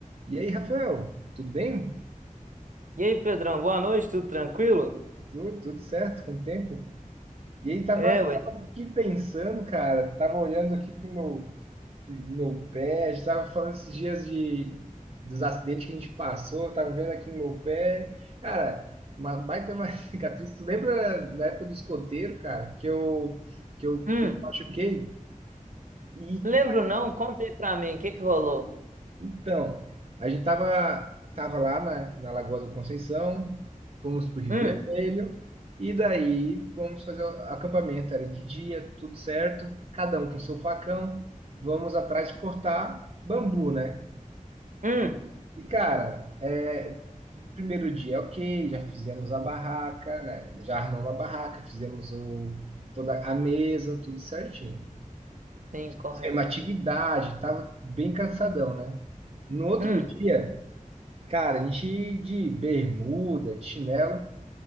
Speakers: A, on the right; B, on the right.
A: E aí, Rafael, tudo bem?
B: E aí, Pedrão, boa noite, tudo tranquilo?
A: Tudo, tudo certo? Quanto tempo? E aí, tava,
B: É,
A: tava
B: ué.
A: aqui pensando, cara, tava olhando aqui pro meu, pro meu pé, a gente tava falando esses dias de, dos acidentes que a gente passou, tava vendo aqui no meu pé. Cara, uma baita uma <laughs> cicatriz. Tu lembra na época do escoteiro, cara, que eu, que eu,
B: Hum,
A: que eu machuquei? E,
B: lembro não, conta aí pra mim, o que que rolou?
A: Então, a gente tava, tava lá na, na Lagoa do Conceição, fomos pro Rio
B: Hum,
A: Vermelho, e daí fomos fazer o acampamento. Era de dia, tudo certo, cada um com seu facão, vamos atrás de cortar bambu, né?
B: hum,
A: E cara, é, o primeiro dia, é ok, já fizemos a barraca, né? Já armamos a barraca, fizemos o, toda a mesa, tudo certinho.
B: sim, correto.
A: Fizemos atividade, tava bem cansadão, né? No outro
B: Hum,
A: dia, Cara, a gente de bermuda, de chinelo,